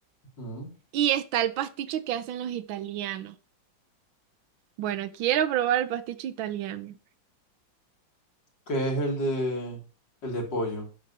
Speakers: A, on the left; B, on the right.
A: ujú,
B: Y está el pasticho que hacen los italianos. Bueno, quiero probar el pasticho italiano.
A: Que es el de el de pollo.